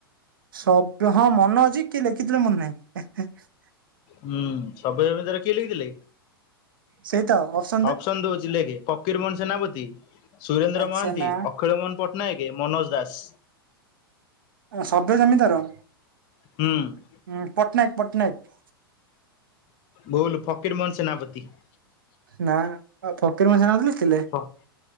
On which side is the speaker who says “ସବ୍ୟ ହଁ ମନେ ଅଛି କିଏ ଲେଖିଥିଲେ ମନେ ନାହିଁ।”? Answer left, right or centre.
Right